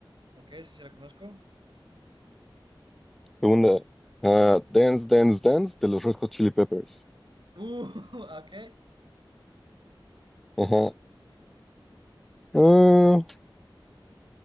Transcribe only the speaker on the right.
Ok, sí, sí la conozco.
Uh, <laughs> ok.